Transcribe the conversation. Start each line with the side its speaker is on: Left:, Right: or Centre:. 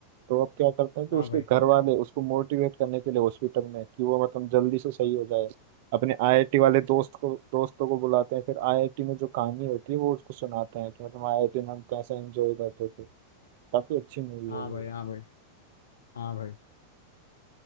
Right: तो अब क्या करते हैं कि
Left: हाँ
Right: उसके
Left: भाई
Right: घर वाले उसको मोटिवेट करने के लिए हॉस्पिटल में कि वो मतलब जल्दी से सही हो जाए अपने आईआईटी वाले दोस्त को दोस्तों को बुलाते हैं फिर आईआईटी में जो कहानी होती है वो उसको सुनाते हैं कि मतलब आईआईटी में हम कैसे एंजॉय करते थे काफी अच्छी मूवी
Left: हाँ
Right: है ये
Left: भाई हाँ भाई हाँ भाई